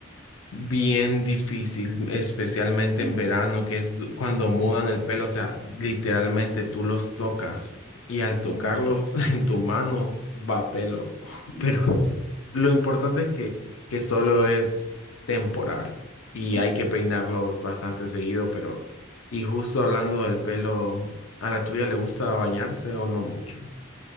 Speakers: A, on the left (about 80°); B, in the centre.
A: bien difícil, especialmente
B: Ujú.
A: en verano, que es du- cuando mudan el pelo, o sea, literalmente tú los tocas y al tocarlos
B: Ujú.
A: <laughs> en tu mano va pelo, <laughs>
B: Mm.
A: pero s- lo importante es que, que solo es temporal y
B: Sí.
A: hay que peinarlos bastante seguido, pero y justo hablando del pelo, ¿a la tuya le gusta bañarse o no mucho?